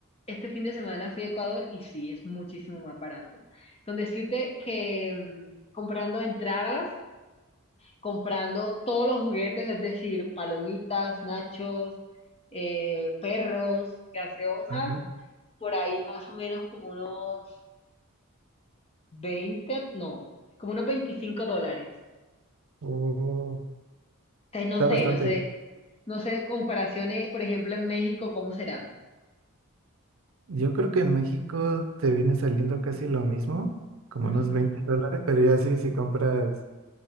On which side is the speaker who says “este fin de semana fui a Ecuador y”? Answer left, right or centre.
Left